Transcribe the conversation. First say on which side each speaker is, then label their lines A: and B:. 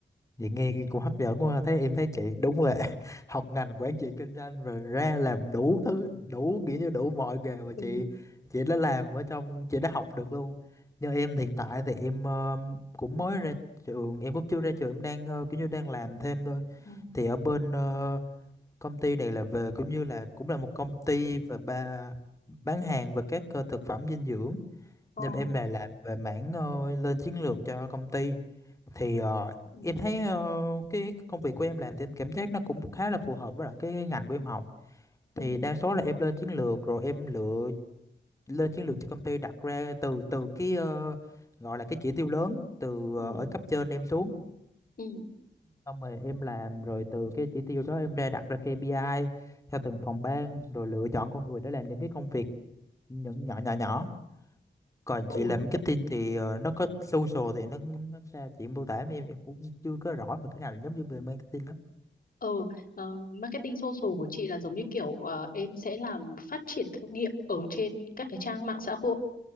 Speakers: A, on the left; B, on the left.
A: Vậy nghe cũng hấp dẫn quá ha. Thế em thấy chị đúng là <laughs> học ngành quản trị kinh doanh và ra làm đủ thứ đủ nghĩa như đủ mọi nghề mà chị
B: ừ
A: chị đã làm ở trong chị đã học được luôn. Như em hiện tại thì em ờ, cũng mới ra trường em cũng chưa ra trường em đang ờ, kiểu như đang làm thêm thôi.
B: ừ
A: Thì ở bên ờ, công ty này là về cũng như là cũng là một công ty và ba bán hàng và các ờ, thực phẩm dinh dưỡng
B: Ờ.
A: nhưng mà em là làm về mảng ờ, lên chiến lược cho công ty thì ờ,
B: ừ
A: em thấy ờ, cái công việc của em làm thì em cảm giác nó cũng khá là phù hợp với lại cái ngành của em học
B: ừ
A: thì đa số là em lên chiến lược rồi em lựa lên chiến lược cho công ty đặt ra từ từ cái ờ, gọi là cái chỉ tiêu lớn từ
B: ừ
A: ờ, ở cấp trên em xuống
B: Ừ.
A: xong rồi em làm rồi từ cái chỉ tiêu đó em ra đặt ra KPI theo từng phòng ban rồi lựa chọn con người để làm những cái công việc những nhỏ nhỏ nhỏ còn
B: Ừ.
A: chị làm marketing thì ờ, nó có social thì nó nó ra chị mô tả em em em cũng chưa có rõ về cái nào là giống như về marketing lắm
B: Ờ, ờ, marketing social của chị là giống như kiểu ờ, em sẽ làm phát triển thương hiệu ở trên các cái trang mạng xã hội